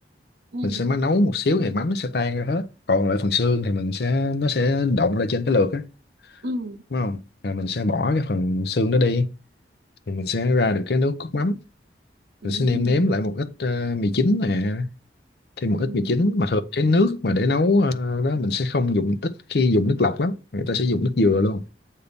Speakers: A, on the right; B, on the left.
A: Ừ,
B: mình sẽ mới nấu một xíu thì mắm nó sẽ tan ra hết còn lại phần xương thì mình sẽ nó sẽ động ra trên cái lược á
A: ừ,
B: đúng không rồi mình sẽ bỏ cái phần xương đó đi thì mình sẽ ra được cái nước cốt mắm
A: ừ,
B: mình sẽ nêm nếm lại một ít ờ, mì chính nè thêm
A: ừ.
B: một ít mì chính mà thường cái nước mà để nấu ờ, đó mình sẽ không dùng ít khi dùng nước lọc lắm người ta sẽ dùng nước dừa luôn